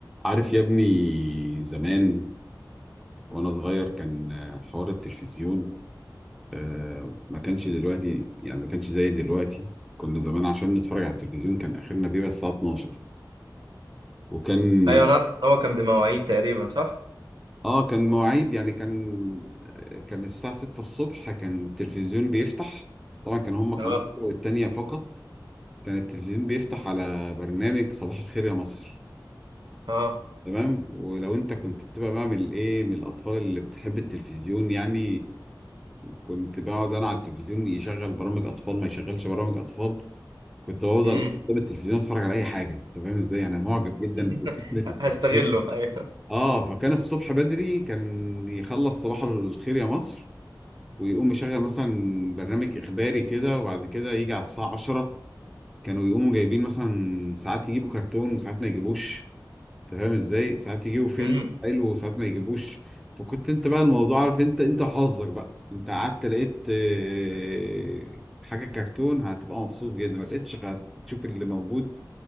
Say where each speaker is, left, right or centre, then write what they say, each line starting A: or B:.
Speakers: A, in the centre; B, on the right.
A: عارف يا ابني زمان وانا صغير كان آه، حوار التلفزيون آه، ما كانش دلوقتي يعني ما كانش زي دلوقتي كنا زمان عشان نتفرج على التلفزيون كان اخرنا بيبقى الساعة 12 وكان
B: ايوه انا عارف ان هو كان بمواعيد تقريبا صح
A: اه كان مواعيد يعني كان آه، كان الساعة 6 الصبح كان التلفزيون بيفتح طبعا كان هما قناة
B: اه
A: والتانية فقط كان التلفزيون بيفتح على برنامج صباح الخير يا مصر
B: اه
A: تمام ولو انت كنت بتبقى بقى من الايه من الاطفال اللي بتحب التلفزيون يعني كنت بقعد انا على التلفزيون يشغل برامج اطفال ما يشغلش برامج اطفال كنت بفضل
B: امم
A: قدام التلفزيون اتفرج على اي حاجه انت فاهم ازاي انا معجب جدا
B: <laughs>
A: بفكره التلفزيون
B: هستغله ايوه
A: اه فكان الصبح بدري كان يخلص صباح الخير يا مصر ويقوم مشغل مثلا برنامج اخباري كده وبعد كده يجي على الساعه 10 كانوا يقوموا جايبين مثلا ساعات يجيبوا كرتون وساعات ما يجيبوش انت فاهم ازاي ساعات يجيبوا فيلم
B: امم
A: حلو وساعات ما يجيبوش فكنت انت بقى الموضوع عارف انت انت حظك بقى انت قعدت لقيت آه، حاجه كرتون هتبقى مبسوط جدا ما لقيتش هتشوف اللي موجود